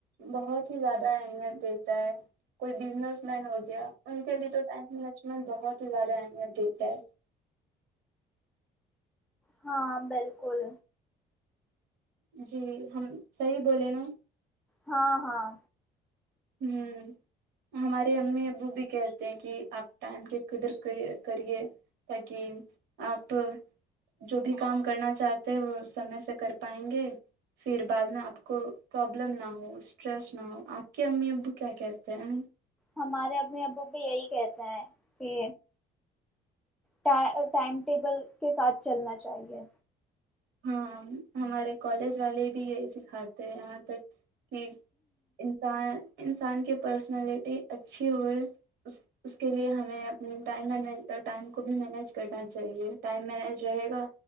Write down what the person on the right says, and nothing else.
بہت ہی زیادہ اہمیت دیتا ہے کوئی بزنس مین ہو گیا ان کے لیے تو ٹائم لچمن بہت ہی زیادہ اہمیت دیتا ہے
جی ہم صحیح بولے نا
ہوں ہمارے امی ابو بھی کہتے ہیں کہ آپ ٹائم کی قدر کرئے کرئے تا کے اپ جو بھی کام کرنا چاہتے ہیں وہ سمے سے کر پائیں گے پھر بعد میں آپ کو پرابلم نہ ہو اسٹریس نہ ہو آپ کے امی ابو کیا کہتے ہیں
ہاں ہمارے کالج والے بھی یہی سکھاتے ہیں یہاں تک کہ انسان انسان کی پرسنالٹی اچھی ہوئے اس اس کے لیے ہمیں اپنے ٹائم م ٹائم کو بھی مینیج کرنا چاہیے ٹائم مینج رہے گا